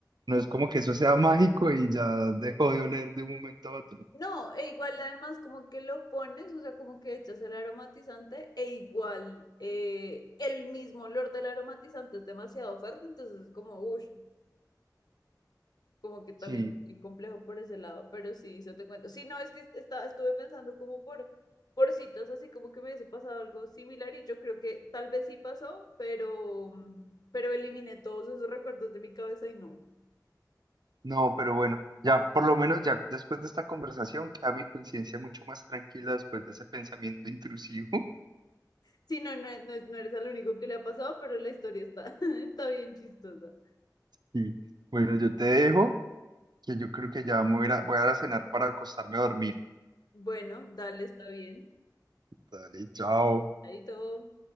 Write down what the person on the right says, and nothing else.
No es como que eso sea mágico y ya dejó de oler de un momento a otro.
Sí,
no, pero bueno, ya, por lo menos ya después de esta conversación queda mi conciencia mucho más tranquila después de ese pensamiento intrusivo. <laughs>
Y bueno, yo te dejo, que yo creo que ya me voy a, ir a- voy a ir a cenar para acostarme a dormir.
Dale, chao.